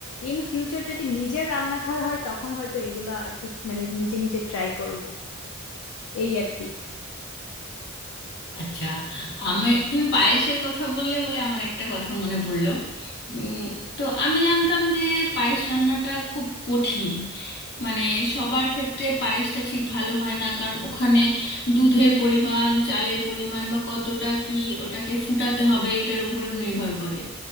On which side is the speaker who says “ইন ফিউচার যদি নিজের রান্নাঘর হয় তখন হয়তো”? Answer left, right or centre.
Left